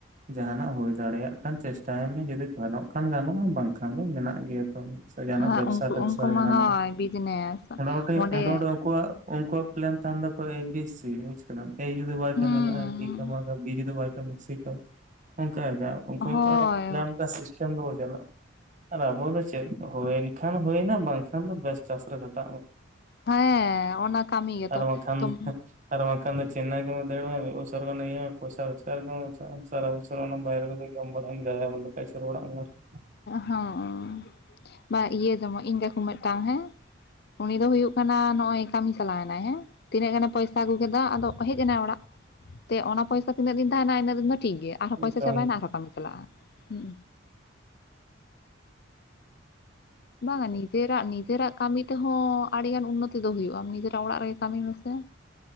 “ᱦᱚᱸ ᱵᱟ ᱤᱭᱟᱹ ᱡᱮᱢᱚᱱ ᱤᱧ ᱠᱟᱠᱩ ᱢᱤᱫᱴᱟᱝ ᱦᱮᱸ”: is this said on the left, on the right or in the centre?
Left